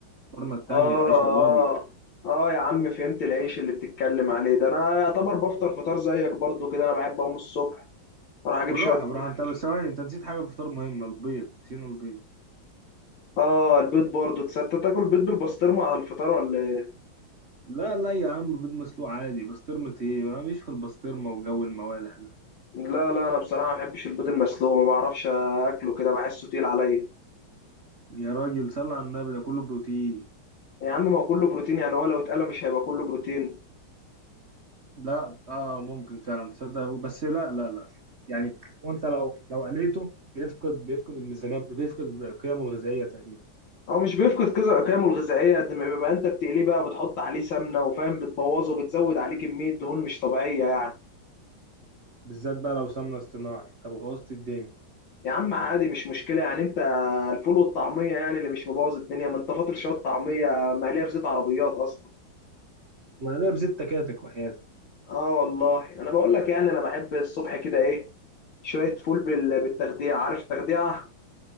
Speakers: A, on the right (about 35°); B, on the left (about 70°).
A: الفرن التانية
B: اه
A: العيش الابيض
B: اه اه يا عم فهمت العيش اللي بتتكلم عليه ده انا يعتبر بفطر فطار زيك برضو كده انا بحب اقوم الصبح اروح اجيب
A: بالراحة
B: شويه
A: بالراحة
B: فول.
A: انت بس ثواني انت نسيت حاجة في الفطار مهمة البيض نسينا البيض
B: اه البيض برضو تصدق تاكل بيض بالبسطرمه على الفطار ولا ايه
A: لا لا يا عم بيض مسلوق عادي بسطرمة ايه ما مش في البسطرمة وجو الموالح ده
B: لا لا انا بصراحه ما بحبش البيض المسلوق ما بعرفش اكله كده بحسه تقيل عليا
A: يا راجل صل على النبي ده كله بروتين
B: يا عم ما هو كله بروتين يعني هو لو اتقلى مش هيبقى كله بروتين
A: لا اه ممكن فعلا تصدق بس لا لا لا يعني هو انت لو لو قليته بيفقد بيفقد الميزانية بيفقد قيمه الغذائية تقريبا
B: هو مش بيفقد كذا قيمه الغذائيه قد ما بيبقى انت بتقليه بقى بتحط عليه سمنه وفاهم بتبوظه وبتزود عليه كميه دهون مش طبيعيه يعني
A: بالذات بقى لو سمنة اصطناعي طب بوظت الدنيا
B: يا عم عادي مش مشكله يعني انت الفول والطعميه يعني اللي مش مبوظ الدنيا ما انت فاطر شويه طعميه مقليه في زيت عربيات اصلا
A: ما عليها بزيت تكاتك وحياتك
B: اه والله انا بقول لك يعني انا بحب الصبح كده ايه شوية فول بال- بالتخديعة عارف تخديعة؟